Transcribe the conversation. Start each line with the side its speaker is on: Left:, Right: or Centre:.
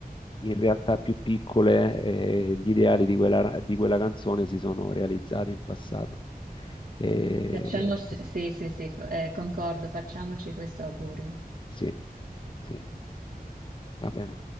Left: in realtà più piccole eh, gli ideali di quella, di quella canzone si sono realizzati in passato. Eh,
Right: Facciamo, sì, sì, sì, fa- eh, concordo, facciamoci questo augurio.
Left: Sì, sì, va bene.